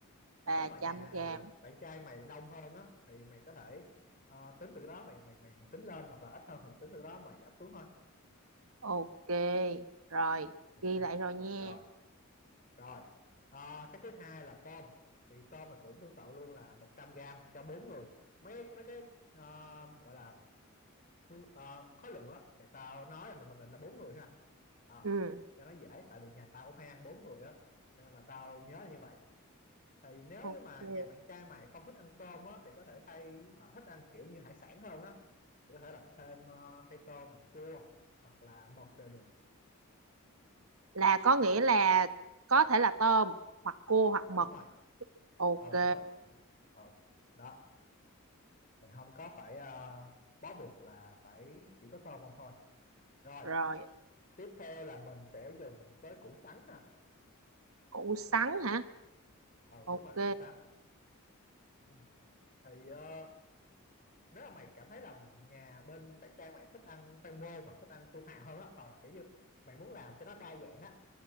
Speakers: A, on the right; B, on the left.
A: 300
B: nếu mà nhà
A: gram
B: bạn trai mày đông hơn á thì mày có thể ờ, tính từ cái đó mày mày mày tính lên hoặc là ít hơn thì tính từ cái đó mày giảm xuống thôi
A: ok rồi
B: được
A: ghi
B: chưa
A: lại rồi nha
B: rồi rồi Ờ, cái thứ hai là tôm thì tôm mày cũng tương tự luôn là 100 gram cho bốn người mấy cái mấy cái ờ, gọi là nguyên- ờ, khối lượng á thì tao nói là mình mình định là bốn người ha à,
A: ừ
B: cho nó dễ tại vì nhà tao cũng hay ăn bốn người á cho nên là tao nhớ như vậy thì nếu
A: ok
B: như mà nhà bạn trai mày không thích ăn tôm á thì có thể thay mà thích ăn kiểu như hải sản hơn á thì có thể làm thêm ờ, thay tôm bằng cua hoặc là mực đều được
A: là có nghĩa là có thể là tôm hoặc cua hoặc mực
B: đúng rồi
A: ok
B: ừ đúng rồi ừ đó mình không có phải ờ, bó buộc là phải chỉ có tôm không thôi rồi
A: rồi
B: tiếp theo là mình sẽ dùng tới củ sắn ha
A: củ sắn hả
B: ừ
A: ok
B: đúng rồi củ sắn Ừ. thì ờ, nếu mà mày cảm thấy là nhà bên bạn trai mày thích ăn khoai môn mà thích ăn su hào hơn á hoặc là kiểu như mày muốn làm cho nó đa dạng á